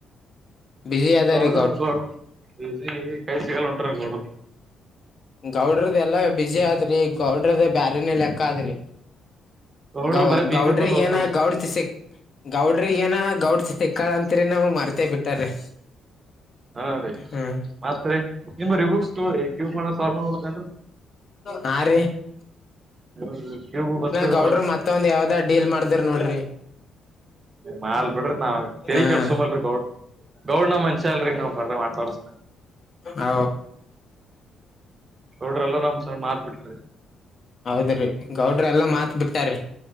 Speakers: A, on the left; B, on the right.
A: ಬಿಜಿ ಅದಾರೀ
B: ಗೌಡ್ರ ಗೌಡ ಬಿಜಿ ಈ ಕೈ ಸಿಗಲ್ ಉಂಟ್ರ ಗೌಡ್ರರು.
A: ಗೌಡ್ರದ ಎಲ್ಲಾ ಬಿಜಿ ಆದ್ರಿ ಗೌಡ್ರದ ಬ್ಯಾರನ ಲೆಕ್ಕ ಆದ್ರಿ.
B: ಗೌಡ್ರು
A: ಗೌ
B: ಬರೀ ಬೀಗರ್
A: ಗೌಡ್ರಿ
B: ಬಲ್ ಓದ್ತಾರ
A: ಏನ ಗೌಡ್ತಿ ಸಿಕ್ ಗೌಡ್ರಿಗ ಏನ ಗೌಡ್ತಿ ಸಿಕ್ಕಾಳ ಅಂತರಿ ನಮಗ ಮರ್ತೆೇ ಬಿಟ್ಟಾರಿ.
B: ಹಾ ರೀ.
A: ಹ್ಮ್
B: ಮತ್ ರಿ ನಿಮ್ಮ ರಿಬಕ್ಸ್ ಕಿವ ಕ ಸಾಲ್ವಾ ಮಾಡಕ್ ಬರ್ತ ಏನ್ರಿ.
A: ಹಾ <inaudible>
B: <unintelligible> ಕ್ಯೂಬ್ ಬರ್ತದ.
A: ಗೌಡರು ಮತ್ತೊಂದ್ ಯಾವ್ದ್ ಡೀಲ್ ಮಾಡ್ದ್ರ ನೋಡ್ರಿ.
B: ಮಾಡ್ಲಿ ಬಿಡ್ರಿ ನಾವ್ ತೆಲಿ
A: ಹಾ
B: ಕೆಡಸೋಲ್ರಿ ಗೌಡ್ ಗೌಡ್ನ ಮನ್ಷ್ಯ ಅಲ್ರರಿ ನಾವ ಬ್ರ ಮಾತಾಡ್ಸ
A: ಓ.
B: ಗೌಡ್ರಲ್ಲ ನಮ್ ಸಣ್ಣ ಮಾತ್ ಬಿಟ್ರಿ.
A: ಹೌದ್ರೀ ಗೌಡ್ರ ಎಲ್ಲಾ ಮಾತ್ ಬಿಡ್ತಾರೀ